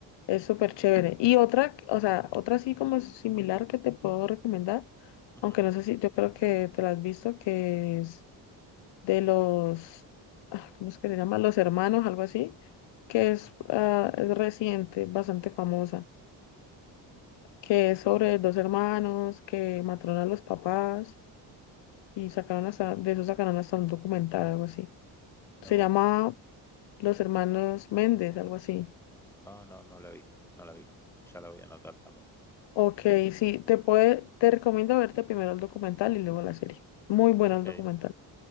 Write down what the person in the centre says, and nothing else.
Ujú.
Mm,
No,
no.
No, no, no la vi. No la vi. Ya la voy a anotar también.
Ok,